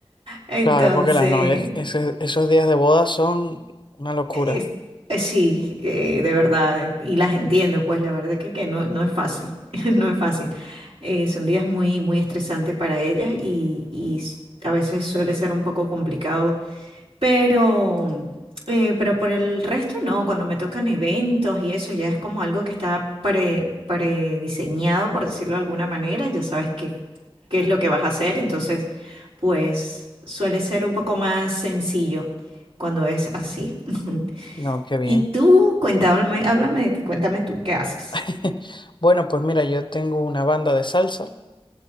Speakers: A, on the right; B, on the left.
A: Entonces,
B: Claro, porque las novias, ese- esos días de boda son una locura.
A: Eh, eh, sí, eh, de verdad, y las entiendo, pues la verdad que, que no, no es fácil, <laughs> no es fácil. Eh, son días muy, muy estresantes para ellas y, y s- a veces suele ser un poco complicado, pero, eh, pero por el resto no, cuando me tocan eventos y eso ya es como algo que está pre, prediseñado, por decirlo de alguna manera, ya sabes qué, qué es lo que vas a hacer, entonces pues suele ser un poco más sencillo cuando es así. <laughs>
B: No, qué bien.
A: Y tú, cuéntame, háblame de ti, cuéntame tú qué haces.
B: <laughs> Bueno, pues mira, yo tengo una banda de salsa